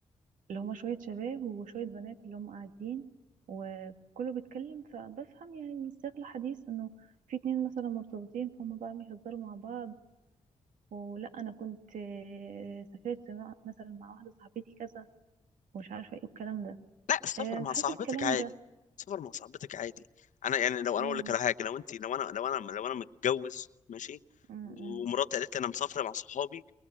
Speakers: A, on the right; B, on the left.
A: اللي هما شويه شباب وشويه بنات اللي هم قاعدين وكله بيتكلم فبفهم يعني من سياق الحديث انه في اتنين مثلا مرتبطين فهم بقى بيهزروا مع بعض ولا انا كنت آه، سافرت مع- مثلا مع واحده صاحبتي كذا ومش عارفه ايه الكلام ده
B: لا سافر
A: آه،
B: مع
A: بحس
B: صاحبتك
A: الكلام
B: عادي
A: ده
B: سافر مع صاحبتك عادي انا يعني لو انا
A: امم
B: اقول لك على حاجه لو انت لو انا لو انا لو انا متجوز ماشي
A: امم
B: ومراتي قالت لي انا مسافره مع صحابي